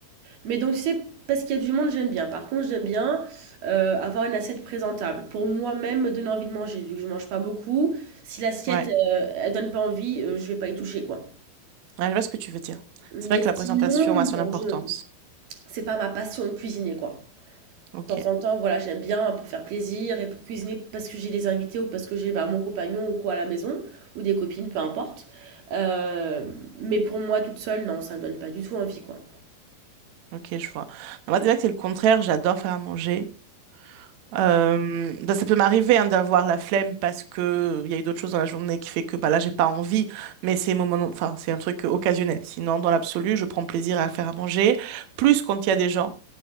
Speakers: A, on the right; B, on the right.
A: Mais donc c'est parce qu'il y a du monde, j'aime bien. Par contre, j'aime bien euh, avoir une assiette présentable. Pour moi-même, me donner envie de manger, vu que je mange pas beaucoup. Si l'assiette,
B: Ouais.
A: euh, elle donne pas envie, euh, je vais pas y toucher, quoi.
B: Ouais, je vois ce que tu veux dire.
A: Mais
B: C'est vrai que la
A: sinon,
B: présentation a son
A: non,
B: importance.
A: je... c'est pas ma passion de cuisiner, quoi.
B: Ok.
A: De temps en temps, voilà, j'aime bien pour faire plaisir et pour cuisiner parce que j'ai des invités ou parce que j'ai bah, mon compagnon ou quoi à la maison, ou des copines, peu importe. Euh, mais pour moi, toute seule, non, ça me donne pas du tout envie, quoi.
B: Ok, je vois. Moi, c'est vrai que c'est le contraire. J'adore faire à manger. Euh, bah, ça peut m'arriver hein, d'avoir la flemme parce que il y a eu d'autres choses dans la journée qui fait que bah là j'ai pas envie. Mais c'est moment, enfin c'est un truc occasionnel. Sinon, dans l'absolu, je prends plaisir à faire à manger. Plus quand il y a des gens.